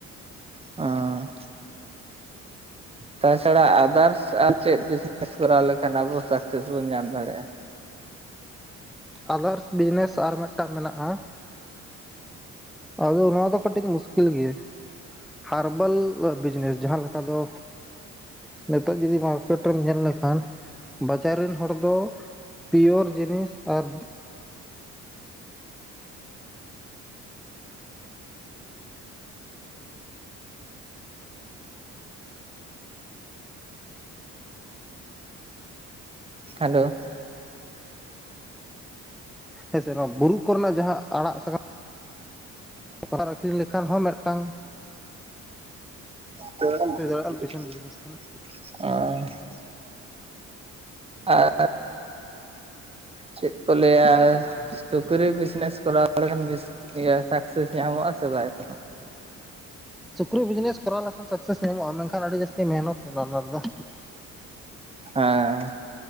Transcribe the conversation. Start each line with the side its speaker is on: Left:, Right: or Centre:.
Right: ᱟᱸ ᱛᱟᱪᱷᱟᱲᱟ ᱟᱫᱟᱨᱥ ᱟᱨ ᱪᱮᱫ ᱵᱤᱡᱱᱮᱥ ᱠᱚᱨᱟᱣ ᱞᱮᱠᱷᱟᱱ ᱟᱵᱚ ᱥᱟᱠᱥᱮᱥ ᱵᱚᱱ ᱧᱟᱢ ᱫᱟᱲᱮᱭᱟᱜᱼᱟ᱾
Centre: ᱟᱫᱨᱟᱥ ᱟᱨ ᱢᱤᱫᱴᱟᱝ ᱢᱮᱱᱟᱜᱼᱟ ᱟᱫᱚ ᱚᱱᱟ ᱫᱚ ᱠᱟᱹᱴᱤᱡᱽ ᱢᱩᱥᱠᱤᱞ ᱜᱮᱭᱟ ᱦᱟᱨᱵᱟᱞ ᱵᱤᱡᱽᱱᱮᱥ ᱡᱟᱦᱟᱸ ᱞᱮᱠᱟ ᱫᱚ ᱱᱤᱛᱚᱜ ᱡᱩᱫᱤ ᱢᱟᱨᱠᱮᱴ ᱨᱮᱢ ᱞᱮᱞ ᱞᱮᱠᱷᱟᱱ ᱵᱟᱡᱟᱨ ᱨᱮᱱ ᱦᱚᱲ ᱫᱚ ᱯᱤᱭᱳᱨ ᱡᱤᱱᱤᱥ ᱟᱨ
Right: ᱦᱮᱞᱳ
Centre: ᱦᱮᱸᱥᱮ ᱱᱚᱣᱟ ᱵᱩᱨᱩ ᱠᱚᱨᱮᱱᱟᱜ ᱡᱟᱦᱟᱸ ᱟᱲᱟᱜ ᱥᱟ <unintelligible> ᱟᱹᱠᱷᱨᱤᱧ ᱞᱮᱠᱷᱟᱱ ᱦᱚᱸ ᱢᱤᱫᱴᱟᱝ
Right: <unintelligible>
Centre: ᱦᱩᱭ ᱫᱟᱲᱮᱭᱟᱜᱼᱟ ᱴᱤᱭᱩᱥᱚᱱ ᱵᱤᱡᱽᱱᱮᱥ ᱠᱟᱱᱟ
Right: ᱟᱨ ᱪᱮᱫ ᱠᱚ ᱞᱟᱹᱭᱟ ᱥᱩᱠᱨᱤ ᱵᱤᱡᱽᱱᱮᱥ ᱠᱚᱨᱟᱣ ᱱᱚᱸᱰᱮ ᱜᱟᱱ ᱵᱮᱥ ᱥᱟᱠᱥᱮᱥ ᱧᱟᱢᱚᱜᱼᱟ ᱥᱮ ᱵᱟᱭ ᱧᱟᱢᱚᱜᱼᱟ᱾
Centre: ᱥᱩᱠᱨᱤ ᱵᱤᱡᱽᱱᱮᱥ ᱠᱚᱨᱟᱣ ᱞᱮᱠᱷᱟᱱ ᱥᱟᱠᱥᱮᱥ ᱧᱟᱢᱚᱜᱼᱟ ᱢᱮᱱᱠᱷᱟᱱ ᱟᱹᱰᱤ ᱡᱟᱹᱥᱛᱤ ᱢᱮᱦᱱᱚᱛ ᱢᱮᱱᱟᱜᱼᱟ ᱚᱱᱟ ᱨᱮᱫᱚ
Right: ᱦᱮᱸ